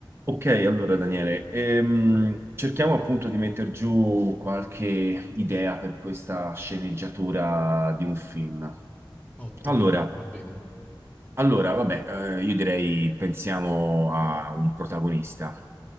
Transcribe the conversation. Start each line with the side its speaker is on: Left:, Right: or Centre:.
Right: Ok, allora Daniele, ehm, cerchiamo appunto di mettere giù qualche idea per questa sceneggiatura di un film.
Left: Ottimo,
Right: Allora,
Left: va bene.
Right: allora, vabbè, eh, io direi pensiamo a un protagonista.